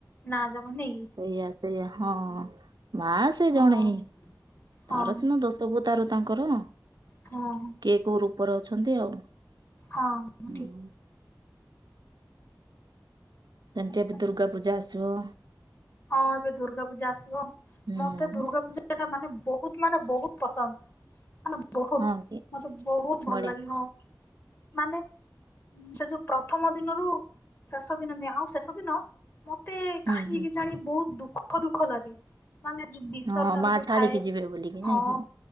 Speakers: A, on the left; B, on the right.
A: ନା ଯାବ ନେଇକି।
B: ସେଇଆ ସେଇଆ ହଁ ମାସ୍ ସେ
A: ହଁ
B: ଜଣେ ହିଁ
A: ହଁ
B: ତାର ସିନା ଦଶ ଅବତାର ତାଙ୍କର।
A: ହଁ
B: କିଏ କୋଉ ରୂପରେ ଅଛନ୍ତି ଆଉ।
A: ହଁ
B: ହୁଁ।
A: ଠିକ।
B: ସେମିତି
A: ଆଛା
B: ଏବେ ଦୁର୍ଗା ପୂଜା ଆସିବ।
A: ହଁ ଏବେ ଦୁର୍ଗା ପୂଜା ଆସିବ।
B: ହୁଁ
A: ମତେ ଦୁର୍ଗା ପୂଜା ସେଟା ମାନେ ବହୁତ ମାନେ ବହୁତ ପସନ୍ଦ। ମାନେ ବହୁତ
B: ହଁ କି
A: ମତେ ବହୁତ ଭଲ
B: ବଢିଆ
A: ଲାଗେ ହଁ, ମାନେ ସେ ଯୋଉ ପ୍ରଥମ ଦିନରୁ ଶେଷ ଦିନ ଯାଏଁ ଆଉ ଶେଷ ଦିନ ମତେ
B: ହୁଁ
A: କାହିଁକି
B: ହୁଁ
A: କେଜାଣି ବହୁତ ଦୁଃଖ ଦୁଃଖ ଲାଗେ। ମାନେ ଯଉ ବିସର୍ଜନ
B: ହଁ ମା
A: ଯୋଉ
B: ଛାଡିକି
A: ଥାଏ
B: ଯିବେ ବୋଲିକି ନାଇଁ
A: ହଁ।
B: କି